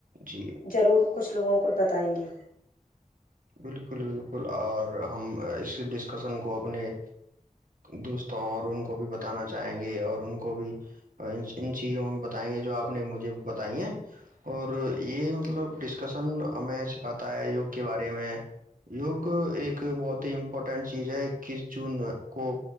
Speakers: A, on the right; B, on the left.
A: جی
B: ضرور کچھ لوگوں کو بتائیں گے
A: بالکل بالکل اور ہم اس ڈسکشن کو اپنے دوستوں اور ان کو بھی بتانا چاہیں گے اور ان کو بھی ان چیزوں میں بتائیں گے جو آپ نے مجھے بتائی ہیں اور یہ مطلب ڈسکشن ہمیں سکھاتا ہے یوگ کے بارے میں یوگ ایک بہت ہی امپورٹنٹ چیز ہے اکیس جون کو